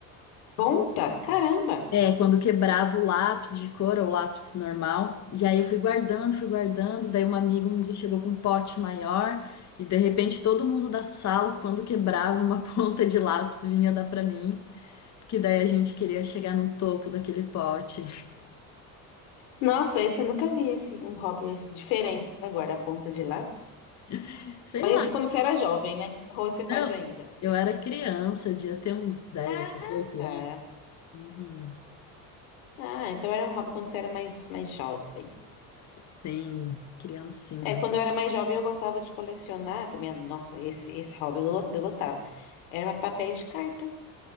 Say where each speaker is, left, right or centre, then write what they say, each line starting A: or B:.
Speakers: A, on the left (about 80°); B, on the left (about 40°).
A: Ponta? Caramba!
B: É, quando quebrava o lápis de cor ou lápis normal. E aí eu fui guardando, fui guardando. Daí uma amiga um dia chegou com um pote maior. E de repente todo mundo da sala, quando quebrava uma <laughs> ponta de lápis, vinha dar pra mim. Porque daí a gente queria chegar no topo daquele pote.
A: Nossa, esse eu nunca vi, esse, um hobby esse diferente. Agora, a ponta de lápis.
B: <laughs> Sei
A: Mas
B: lá.
A: isso quando você era jovem, né? Ou você faz
B: Eu,
A: ainda?
B: eu era criança, eu devia ter uns dez,
A: Ah,
B: oito
A: tá.
B: anos. Uhum.
A: Ah, então era um hobby quando você era mais, mais jovem.
B: Sim, criancinha.
A: É, quando eu era mais jovem, eu gostava de colecionar também. ah, Nossa, esse, esse hobby eu, go- eu gostava. Era papéis de carta.